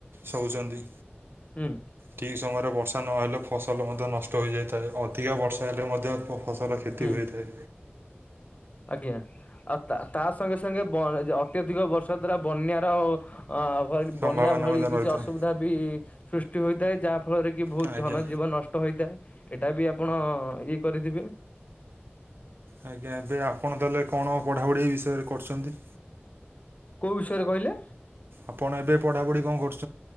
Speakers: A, on the right; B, on the left.
A: ସହୁଚନ୍ତି
B: ହୁଁ
A: ଠିକ୍ ସମୟରେ ବର୍ଷା ନହେଲେ ଫସଲ ମଧ୍ୟ ନଷ୍ଟ ହୋଇଯାଇଥାଏ ଅଧିକା ବର୍ଷା ହେଲେ ମଧ୍ୟ ଫସଲ କ୍ଷତି
B: ହୁଁ।
A: ହୋଇଥାଏ।
B: ଆଜ୍ଞା ଆଉ ତା ତା ସଙ୍ଗେ ସଙ୍ଗେ ବ ଅତ୍ୟଧିକ ବର୍ଷା ଦ୍ଵାରା ବନ୍ୟାର ଅ ଭଳି
A: ସମ୍ଭାବନା
B: ବନ୍ୟା ଭଳି
A: ମଧ୍ୟ
B: କିଛି
A: ରହିଥାଏ।
B: ଅସୁବିଧା ବି ସୃଷ୍ଟି ହୋଇଥାଏ ଯାହା ଫଳରେ କି ବହୁତ
A: ଆଜ୍ଞା
B: ଧନ ଜୀବନ ନଷ୍ଟ ହୋଇଥାଏ ଏଟା ବି ଆପଣ ଇଏ କରିଥିବେ।
A: ଆଜ୍ଞା ଏବେ ଆପଣ ତାହେଲେ କଣ ପଢ଼ାପଢ଼ି ଏଇ ବିଷୟରେ କରୁଚନ୍ତି।
B: କୋଉ ବିଷୟରେ କହିଲେ?
A: ଆପଣ ଏବେ ପଢାପଢି କଁ କରୁସ୍